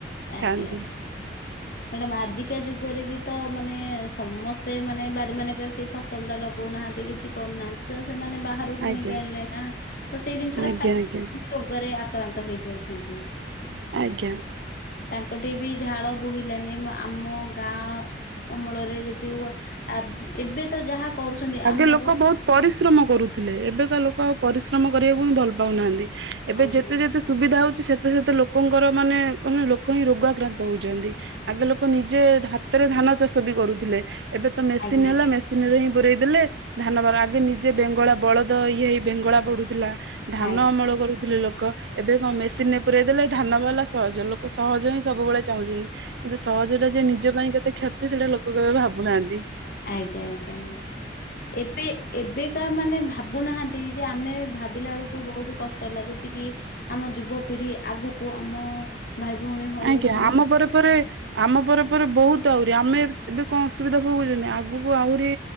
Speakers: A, on the left (about 55°); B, on the right (about 75°).
A: ଆଜ୍ଞା
B: ଖାଆନ୍ତି
A: ଆଜ୍ଞା ମ୍ୟାଡାାମ ଆଜିକା ଯୁଗରେ ବି ତ ମାନେ ସମସ୍ତେ ମାନେ ବାରି ମାନେଙ୍କେରେ ସେଇ ଫସଲ ଟା ଲଗଉନାହାନ୍ତି କିଛି କରୁନାହାନ୍ତି ତ ସେମାନେ ବାହାରୁ କିଣିକି
B: ଆଜ୍ଞା
A: ଆଣିଲେ ନା ତ ସେଇ ଜିନିଷ
B: ଆଜ୍ଞା
A: ଟା ଖାଇକି
B: ଆଜ୍ଞା
A: ରୋଗରେ ଆ ଆକ୍ରାନ୍ତ ହେଇଯାଉଛନ୍ତି।
B: ଆଜ୍ଞା।
A: ତାଙ୍କଠି ବି ଝାଳ ବୋହିଲାନି ଆ ଆମ ଗାଁ ଅମଳରେ ଯଦି ଆ ଏବେ ତ ଯାହା କରୁଛନ୍ତି
B: ଆଗେ
A: ଆମକୁ
B: ଲୋକ ବହୁତ ପରିଶ୍ରମ କରୁଥିଲେ ଏବେକା ଲୋକ ଆଉ ପରିଶ୍ରମ କରିବାକୁ ହିଁ ଭଲ ପାଉନାହାନ୍ତି। ଏବେ
A: ଆଜ୍ଞା
B: ଯେତେ ଯେତେ ସୁବିଧା ହଉ ସେତେ ସେତେ ଲୋକଙ୍କର ମାନେ କେ ଲୋକ ହିଁ ରୋଗାକ୍ରାନ୍ତ ହଉଛନ୍ତି। ଆଗେ ଲୋକ ନିଜେ ହାତରେ ଧାନ ଚାଷ ବି କରୁଥିଲେ ଏବେ ତ ମେସିନ୍
A: ଆଜ୍ଞା ଆଜ୍ଞା
B: ହେଲା ମେସିନ ରେ ହିଁ ପୁରେଇ ଦେଲେ ଧାନବାର ଆଗେ ନିଜେ ବେଙ୍ଗଳା ବଳଦ ଇଏ ହେଇ ବେଙ୍ଗଳା ପଡୁଥିଲା। ଧାନ
A: ଆଜ୍ଞା
B: ଅମଳ କରୁଥିଲେ ଲୋକ। ଲୋକ ଏବେ କଣ ମେସିନରେ ପୁରଇ ଦେଲେ ଧାନ ବାହାରଲା ସହଜ ଲୋକ ସହଜ ହିଁ ସବୁବେଳେ ଚାହୁଁଛନ୍ତି। ଯେ ସହଜଟା ଯେ ନିଜ ପାଇଁ କେତେ କ୍ଷତି ସେଇଟା ଲୋକ କେବେ ଭାବୁନାହାନ୍ତି।
A: ଆଜ୍ଞା ଆଜ୍ଞା ଆଜ୍ଞା ଏବେ ଏବେକା ମାନେ ଭାବୁନାହାନ୍ତି ଯେ ଆମେ ଭାବିଲା ବେଳକୁ ବହୁତ କଷ୍ଟ ଲାଗୁଛି କି ଆମ ଯୁବପିଢି ଆଗକୁ ଆମ ଭାଇ ଭଉଣୀ ହଉ
B: ଆଜ୍ଞା
A: କି
B: ଆମ ପରେ ପରେ ଆମ ପରେ ପରେ ବହୁତ ଆହୁରି ଆମେ ଏବେ କଣ ଅସୁବିଧା ଭୋଗୁନି ଆଗ ଆଗକୁ ଆହୁରି